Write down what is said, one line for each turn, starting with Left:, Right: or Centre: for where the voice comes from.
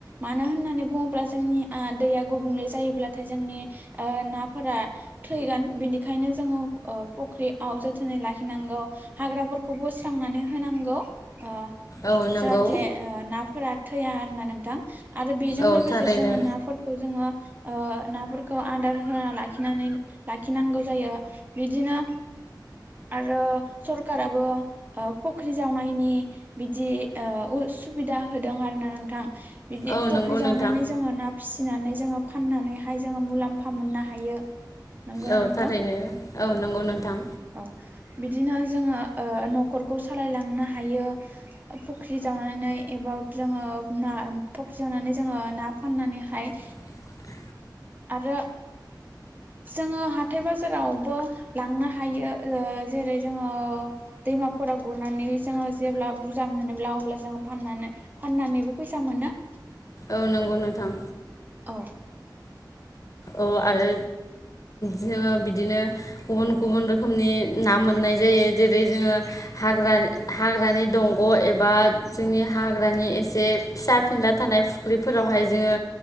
Right: मानो होननानै बुङोब्ला जोंनि दैया गुबुंले जायोब्लाथाय जोंनि नाफोरा थैगोन बिनिखायनो जोङो फुख्रियाव जोथोनै लाखिनांगौ हाग्राफोरखौ बोस्रांनानै होनांगौ ओ
Left: औ नंगौ
Right: जाहाथे ओ नाफोरा थैया आरो ना नोंथां आरो बेजों
Left: औ
Right: लोगोसे
Left: थारैनो
Right: जोङो नाफोर नाफोरखौ जोडों ओ खौ आदार होना लाखिनानै लाखिनांगौ जायो बिदिनो आरो सरखारराबो फुख्रि जावनायनि बिदि सुबिदा होदों आरो ना नोंथां बिदि
Left: औ
Right: फख्रि
Left: नंगौ नोंथां
Right: जावनानै जोङो ना फिसिनानै जोङो फाननानैहाय जोङो मुलाम्फा मोननो हायो। नंगौना
Left: औ
Right: नोंथां
Left: थारैनो औ नंगौ नोंथां
Right: औ बिदिनो जोङो न'खरखौ सालायलांनो हायो। फुख्रि जावनानै एबा जोङो ना फुख्रि जावनानै जोङो ना फाननानैहाय
Left: <inaudible>
Right: आरो जोङो हाथथाय बाजारावबो लांनो हायो जेरै जोङो दैमाफोराव गुरनानै जोङो जेब्ला बुरजा मोनोब्ला अब्ला जोङो फाननानै फाननानैबो फैसा मोनो।
Left: औ नंगौ नोंथां।
Right: औ
Left: औ आरो जोङो बिदिनो गुबुन गुबुन रोखोमनि ना मोननाय जायो जेरै जोङो हाग्रा हाग्रानि दंग' एबा जोंनि हाग्रानि एसे फिसा फिनला थानाय फुख्रिफोरावहाय जोङो